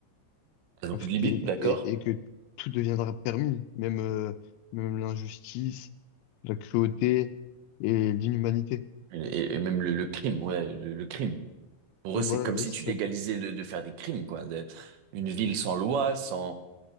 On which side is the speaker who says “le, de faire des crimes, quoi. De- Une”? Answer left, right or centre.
Right